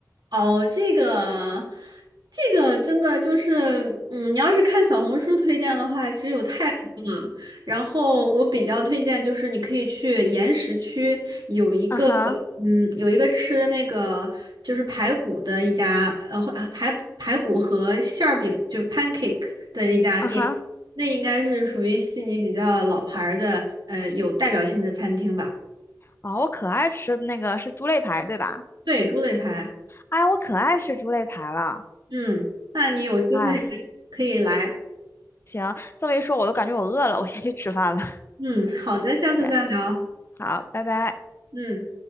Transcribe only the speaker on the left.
啊哈，
啊哈，
哦，我可爱吃那个是猪肋排，对吧？
哎，我可爱吃猪肋排了。
哎，
行，这么一说，我都感觉我饿了，我先去吃饭了。
<laughs>
对，好，拜拜。